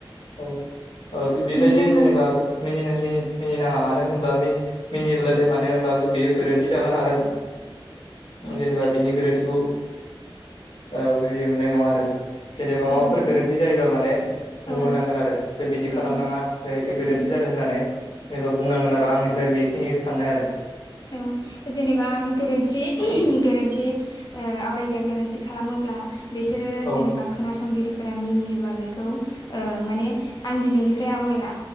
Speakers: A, on the left; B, on the left.
A: औ औ बेबायदि
B: मिनिनांगौ
A: जेनेबा मिनिनि मिनि नाङा मानो होनोबा मिनियोब्लाथाय मानो होनबा बेयो गोरोन्थि जागोन आरो। ओ जेनेबा बिनि गोरोन्थिखौ ओ बुजि मोननाय नङा आरो। जेनेबा
B: ओ
A: माबाफोर
B: माने
A: गोरोन्थि जायोबा माने
B: औ
A: बुंहरनांगोन आरो जे बिदि
B: औ
A: खालामनाङा बे एसे गोरोन्थि
B: उम
A: जादों होननानै जेनेबा बुंनांगोन आरो आंनिफ्राय बेखिनि साननाय आरो।
B: औ जेनेबा गोरोन्थि गोरोन्थि ओ आवरायग्राया गोरोन्थि खालामोब्ला बिसोरो
A: औ
B: जेनेबा
A: नों
B: खोनासंगिरि फोर मिनियोबा बेखौ माने आं दिनैनिफ्राय आवरायला